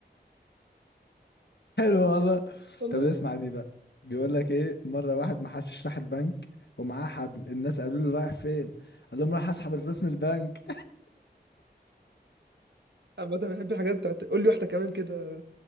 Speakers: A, on the right; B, on the left.
A: مش
B: حلو
A: عارف
B: والله
A: والله
B: طب اسمع
A: مش
B: دي بقى بيقول لك ايه مرة واحد ما حدش راح البنك ومعاه حبل الناس قالوا له رايح فين قال لهم رايح اسحب الفلوس من البنك
A: عامة بحب الحاجات بتاعت قول لي واحده كمان كده